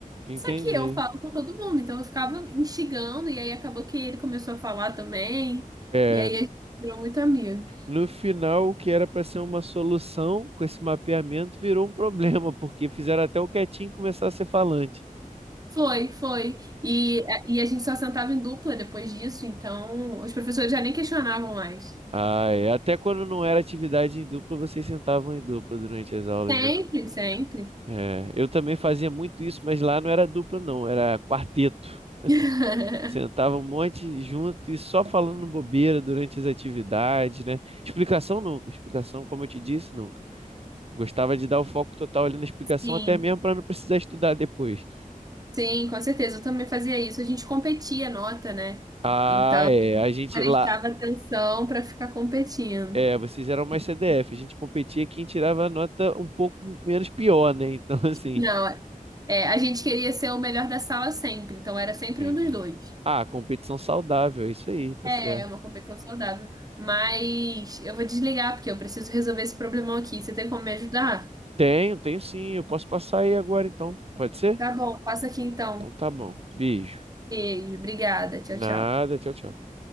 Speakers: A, on the right; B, on the right.
A: Entendi.
B: Só que eu falo com todo mundo, então eu ficava instigando, e aí acabou que ele começou a falar também,
A: É,
B: e aí a gente virou muito amigo.
A: no final, o que era para ser uma solução com esse mapeamento virou um problema, porque fizeram até o quietinho começar a ser falante.
B: Foi, foi. E, e a gente só sentava em dupla depois disso, então os professores já nem questionavam mais.
A: Ah, é. Até quando não era atividade em dupla, vocês sentavam em dupla durante as aulas,
B: Sempre,
A: né?
B: sempre.
A: É, eu também fazia muito isso, mas lá não era dupla, não, era quarteto.
B: <laughs>
A: Sentava um monte junto e só falando bobeira durante as atividades, né? Explicação nunca, explicação, como eu te disse, nunca. Gostava de dar o foco total ali na explicação,
B: Sim,
A: até mesmo para não precisar estudar depois.
B: sim, com certeza. Eu também fazia isso. A gente competia nota, né?
A: Ah,
B: Então,
A: é. A gente
B: prestava
A: lá.
B: atenção para ficar competindo.
A: É, vocês eram mais CDF. A gente competia quem tirava a nota um pouco menos pior, né? Então, <laughs> assim.
B: Não, é, a gente queria ser o melhor da sala sempre, então era
A: Entendi.
B: sempre um dos dois.
A: Ah, competição saudável, é isso aí, tá
B: É,
A: certo.
B: é uma competição saudável. Mas eu vou desligar porque eu preciso resolver esse problemão aqui. Você tem como me ajudar?
A: Tenho, tenho sim. Eu posso passar aí agora, então. Pode ser?
B: Tá bom, passa aqui então.
A: Então tá bom. Beijo.
B: Beijo, obrigada. Tchau,
A: Nada,
B: tchau.
A: tchau, tchau.